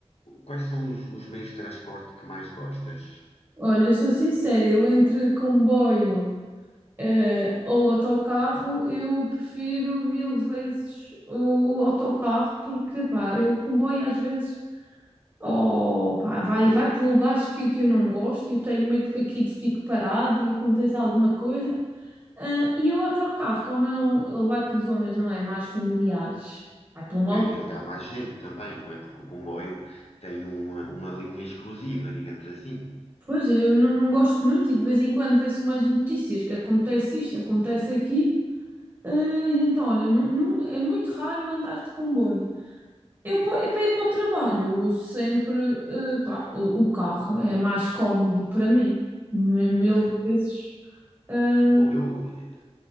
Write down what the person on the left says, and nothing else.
Quais são os, os meios de transporte que mais gostas?
É, e onde há mais gente também, não é? Porque o comboio tem uma, uma linha exclusiva, digamos assim.
É.
Bom, eu, eh,